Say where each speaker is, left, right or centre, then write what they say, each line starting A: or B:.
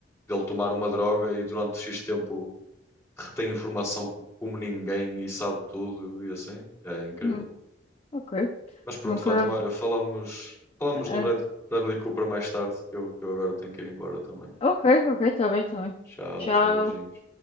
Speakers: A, on the left (about 15°); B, on the left (about 30°).
A: dele tomar uma droga e durante X tempo retém informação co- como ninguém e sabe tudo e assim, é incrível.
B: Hum, ok.
A: Mas pronto,
B: Nunca.
A: Fátima, olha, falamos, falamos
B: é,
A: do Brad,
B: é.
A: Bradley Cooper mais tarde, que eu, que eu agora tenho que ir embora também.
B: Ok, ok, tá bem, tá bem.
A: Tchau,
B: Tchau.
A: tchau, beijinhos.